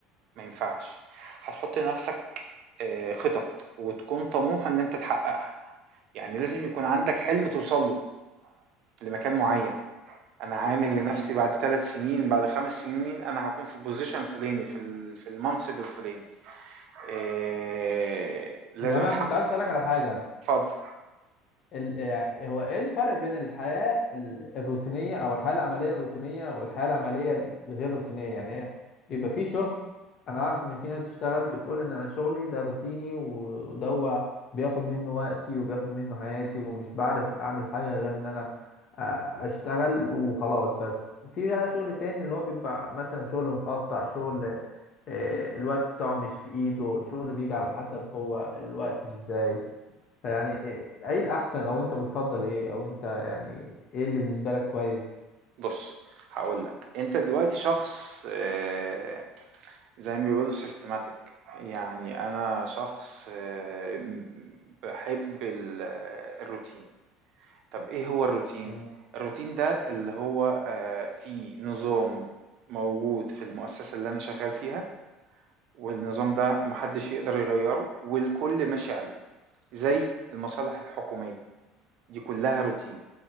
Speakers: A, on the right (about 65°); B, on the left (about 55°).
A: ما ينفعش هتحط لنفسك آه، خطط وتكون طموح إن أنت تحققها يعني لازم يكون عندك حلم توصل له لمكان معين انا عامل
B: فعلا
A: لنفسي بعد
B: آه.
A: ثلاث سنين بعد خمس سنين انا هكون في البوزيشن الفلاني في ال- في المنصب الفلاني إيه لازم
B: طب أنا
A: اتحقق
B: كنت عايز أسألك على حاجة
A: اتفضل
B: ال... يعني هو ايه الفرق بين الحياة ال- الروتينية او الحياة العملية الروتينية والحياة العملية الغير روتينية يعني هي بيبقى في شغل انا عارف ان في ناس بتشتغل بتقول ان انا شغلي ده روتيني و- وده هو بياخد منه وقتي وبياخد منه حياتي ومش بعرف اعمل حاجة غير ان انا آ- اشتغل وخلاص بس في بقى شغل تاني اللي هو بيبقى مثلا شغل متقطع شغل آه، الوقت بتاعه مش في ايده شغل بيجي على حسب هو الوقت ازاي فيعني ايه إيه الاحسن او انت بتفضل ايه او انت يعني ايه اللي بالنسبه لك كويس
A: بص هقول لك انت دلوقتي شخص إيه زي ما بيقولوا سيستماتيك يعني انا شخص إيه بحب ال- آه، الروتين طب إيه هو الروتين؟
B: آه.
A: الروتين ده اللي هو آه، فيه نظام موجود في المؤسسة اللي أنا شغال فيها والنظام ده محدش يقدر يغيره والكل ماشي عليه زي المصالح الحكومية دي كلها روتين